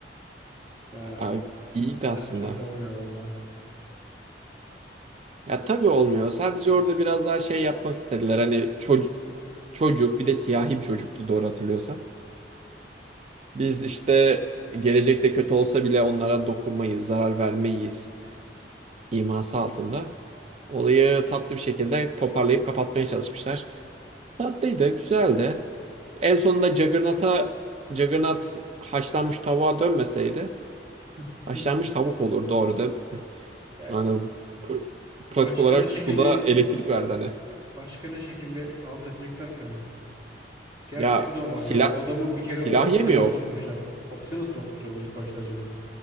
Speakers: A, on the right; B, on the right.
A: Ya
B: Abi, iyiydi
A: her
B: aslında.
A: şey öyle olmuyor valla.
B: Ya tabii olmuyor. Sadece orada biraz daha şey yapmak istediler. Hani çocuk çocuk bir de siyahi bir çocuktu doğru hatırlıyorsam. Biz işte gelecekte kötü olsa bile onlara dokunmayız, zarar vermeyiz iması altında. Olayı tatlı bir şekilde toparlayıp kapatmaya çalışmışlar. Tatlıydı, güzeldi. En sonunda Juggernaut'a Juggernaut haşlanmış tavuğa dönmeseydi
A: <laughs>
B: haşlanmış tavuk olurdu orada.
A: Ya
B: Hani pr-
A: başka
B: pratik olarak
A: ne şekilde
B: suda elektrik verdi hani.
A: başka ne şekilde alt edecekler ki onu? Gerçi
B: Ya
A: şu da var
B: silah
A: ya. O adamı bir kere
B: silah
A: o hapise
B: yemiyor.
A: nasıl sokmuşlar? Hapise nasıl sokmuşlar onu ilk başta acaba?